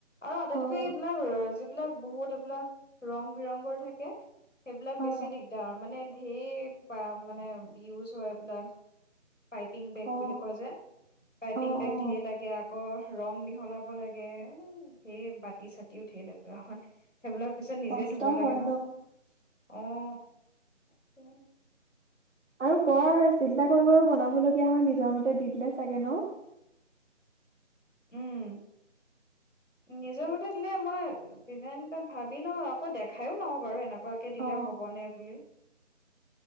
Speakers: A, on the left (about 80°); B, on the right (about 70°).
A: আৰু আটাইতকৈ
B: অ'।
A: এইবিলাক যিবিলাক বহুত এইবিলাক ৰং-বিৰংগৰ থাকে, সেইবিলাক বেছি
B: অ
A: দিগদাৰ, মানে ঢেৰ প- মানে ইউজ হয় এইবিলাক। পাইপিং বেগ
B: অ
A: বুলি কয় যে, পাইপিং
B: অ
A: বেগ
B: অ
A: ঢেৰ লাগে আ আক' ৰং মিহলাব লাগে। সেই ব তি-চাতিও ঢেৰ লেতেৰা হয়। সেইবিলাক পিছত নিজে
B: কষ্ট
A: ধুব লাগে
B: হয়
A: ন'। অ'। তাকে।
B: আৰু বৰ চিন্তা কৰি - কৰি বনাবলগীয়া হয়, নিজৰ মতে দি দিলে চাগে, ন'?
A: উম। নিজৰ মতে দিলে মই ডিজাইন এটা ভাবি লওঁ, আকৌ দেখায়ো লওঁ বাৰু, এনে কুৱাকে দিলে
B: অ
A: হ'বনে বুলি।